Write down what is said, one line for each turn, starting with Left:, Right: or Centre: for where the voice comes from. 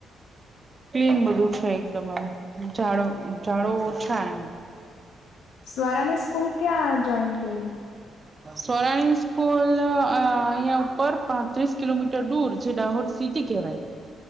Right: ક્લીન બધું છે એકદમ આમ ઝાડો ઝાડો ઓછા એમ.
Left: સ્વરાની સ્કૂલ ક્યાં જોઈન કરી?
Right: સોરાણી સ્કૂલ અહિયાં ઉપર પાંત્રીસ કિલોમીટર દૂર જે દાહોદ સિટી કેવાય,